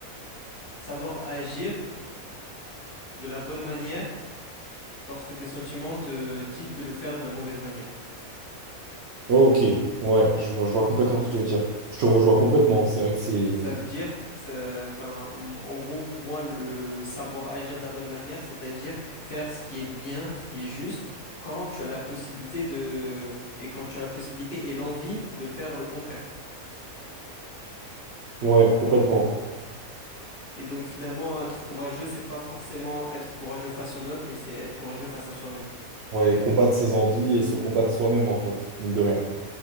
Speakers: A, on the left; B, on the right.
A: savoir agir de la bonne manière lorsque tes sentiments te dictent de le faire de la mauvaise manière.
B: Ok, ouais, je vois, je vois complètement ce que tu veux dire. Je te rejoins complètement. C'est vrai que c'est.
A: Ça veut dire, ça- enfin, m- en gros, pour moi, le savoir agir de la bonne manière, c'est-à-dire faire ce qui est bien, ce qui est juste, quand tu as la possibilité de, et quand tu as la possibilité et l'envie de faire le contraire.
B: Ouais, complètement.
A: Et donc, finalement, être courageux, c'est pas forcément être courageux face aux autres, mais c'est être courageux face à soi-même.
B: Ouais, et combattre ses envies et se combattre soi-même, en fait, mine de rien.